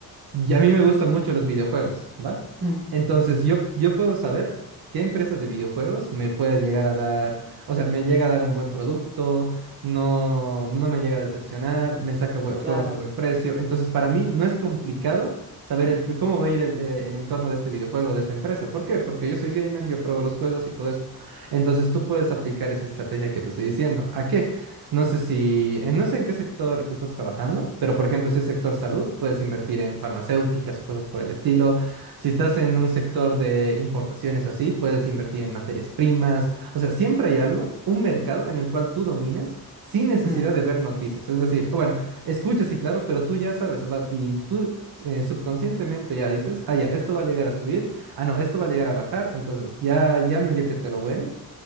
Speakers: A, on the right; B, on the right.
A: Y a mí me gustan mucho los videojuegos, ¿va?
B: Mm,
A: Entonces yo, yo puedo saber qué empresa de videojuegos me puede llegar a dar, o sea, me llega a dar un buen producto, no, no me llega a decepcionar, me saca bue-
B: Claro.
A: juegos a buen precio. Entonces para mí no es complicado saber el- cómo va a ir el, eh, el entorno de este videojuego, de esta empresa. ¿Por qué? Porque yo soy gamer, yo pruebo los juegos y todo esto. Entonces tú puedes aplicar esa estrategia que te estoy diciendo. ¿A qué? No sé si, eh, no sé en qué sector estás trabajando, pero por ejemplo, si es sector salud, puedes invertir en farmacéuticas o cosas por el estilo. Si estás en un sector de importaciones así, puedes invertir en materias primas. O sea, siempre hay algo, un mercado en el cual tú domines sin necesidad
B: Mm,
A: de ver noticias. Es decir, o bueno, escuchas sí, claro, pero tú ya sabes va- y tú eh, subconscientemente ya dices, ah, ya, esto va a llegar a subir, ah, no, esto va a llegar a bajar. Entonces, ya, ya medio que te lo hueles.